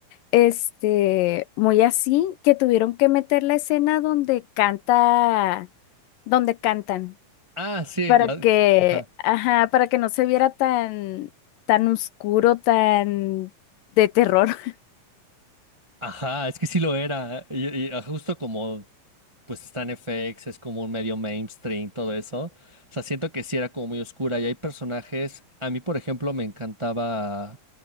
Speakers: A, on the left (about 80°); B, on the right (about 25°).
A: este, muy así, que tuvieron que meter la escena donde canta. donde cantan,
B: Ah, sí,
A: para
B: la-
A: que,
B: ajá,
A: ajá, para que no se viera tan, tan oscuro, tan de terror. <laughs>
B: ajá, es que sí lo era, y, y, ah, justo como pues está en FX, es como un medio mainstream, todo eso. O sea, siento que sí era como muy oscura y hay personajes, a mí por ejemplo me encantaba,